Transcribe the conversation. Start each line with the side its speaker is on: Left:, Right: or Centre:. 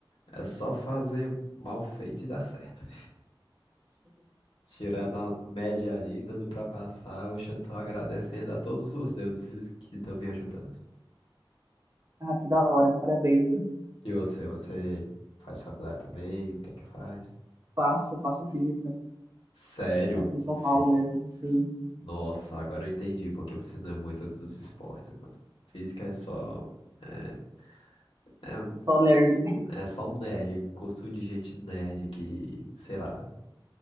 Left: é só fazer mal feito e dar certo. <laughs> Tirando a média ali, dando pra passar, hoje eu já tô agradecendo a todos os deuses que estão me ajudando.
Right: Ah, que da hora. Parabéns, viu?
Left: E você, você faz faculdade também? O que é que faz?
Right: Faço, faço física.
Left: Sério?
Right: Aqui em São
Left: Fi-
Right: Paulo mesmo, sim.
Left: Nossa, agora eu entendi porque você não é muito dos esportes, mano. Física é só... é, é
Right: Só nerd.
Left: É só um nerd, gosto de gente nerd que, sei lá,